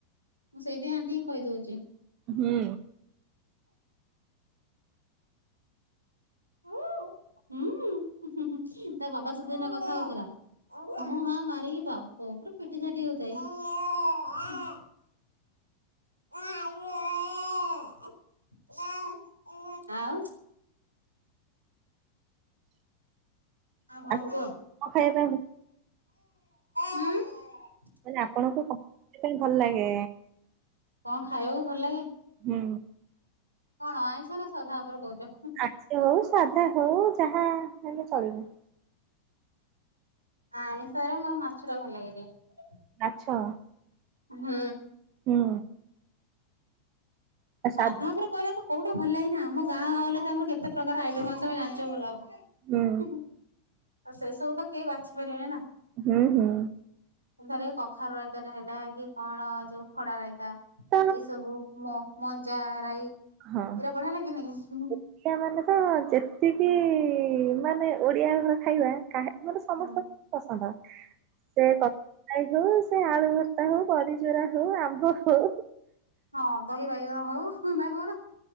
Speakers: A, on the right; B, on the right.
A: ମୁଁ ସେଇଥି ପାଇଁ ଅନ୍ତିଙ୍କି କହିଦଉଚି।
B: ହୁଁ।
A: ହୁଁ ତା ବାବା ସହିତ ଏଇନା କଥା ହଉଥିଲା। ହୁଁ ହାଁ ମାରିକି ବାପ ପୁରା ପିଟିଝାଟି ହଉଥାଏ। <unintelligible> ଆଉ ଆଉ କଣ
B: ଆପଣ
A: କୁହ
B: ଖାଇବା ପାଇଁ
A: <unintelligible>
B: ମାନେ ଆପଣଙ୍କୁ ତ ସେଇ ଭଲ ଲାଗେ।
A: କଣ ଖାଇବାକୁ ଭଲ ଲାଗେ?
B: ହୁଁ।
A: କଣ ଆଇଁସ ନା ସଧା ଉପରେ କହୁଛ?
B: ଆକଷ ହଉ ସାଧା ହଉ ଯାହା ହେଲେ ଚଳିବ।
A: ଆଇଁଷ ରେ ମୋର ମାଛ ଟା ଭଲ ଲାଗେ ଟିକେ।
B: ମାଛ?
A: ହୁଁ।
B: ହୁଁ। ଆ
A: ସାଧା
B: ସା
A: ଉପରେ କହିନାହାନ୍ତି କୋଉଟା ଭଲ ଲାଗେନି ଆମ ଗାଁ ହେଲେ ଆମର କେତେ ପ୍ରକାର ଆଇଟମ୍ ଅଛି ଆମେ ଜାଣିଛ ଭଲ ଭାବରେ।
B: ହୁଁ
A: ଆଉ ସେ ସବୁ ତ କେହି ବାଛିପାରିବେନି ନା।
B: ହୁହଉ ହୋ।
A: ଧରେ କଖାରୁ ରାଇତାଟା ହେଲା କି କଣ ଯୋଉ ଖଡ଼ା ରାଇତା
B: ତ
A: ଏଇ ସବୁ। ମ ମଞ୍ଜା ରାଇ ଏଇରା
B: ହଁ।
A: ବଢ଼ିଆ ଲାଗେନି କି?
B: ଓଡ଼ିଆ ମାନେ ତ ଯେତିକି ମାନେ ଓଡ଼ିଆ ଘର ଖାଇବା କାହା ମତେ ସମସ୍ତଙ୍କୁ
A: ହୁଁ
B: ପସନ୍ଦ ସେ କ <unintelligible> ହଉ ସେ ଆଳୁ ଭର୍ତ୍ତା ହଉ ବଡ଼ିଚୁରା ହଉ ଆମ୍ବ ହଉ।
A: ହଁ ଦହି ବାଇଗଣ ହଉ ନା କହୁନ